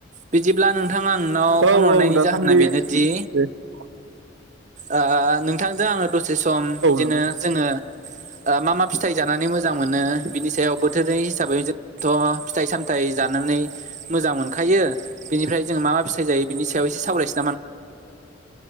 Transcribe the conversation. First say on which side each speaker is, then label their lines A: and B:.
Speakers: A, on the right (about 40°); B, on the right (about 80°).
A: बिदिब्ला नोंथां आं नोंनाव फन
B: औ
A: हरनायनि
B: औ दासान्दि
A: जाहोना बेनोदि
B: औ
A: ओ नोंथांजों आङो दसे सम बिदिनो
B: नोंथां
A: जोङो ओ मा-मा फिथाइ जानानै मोजां मोनो बिनि सायाव बोथोरै हिसाबै जो थ' फिथाइ सामथाइ जानानै मोजां मोनखायो बेनिफ्राय जोङो मा-मा फिथाइ जायो बिनि सायाव एसे सावरायनोसै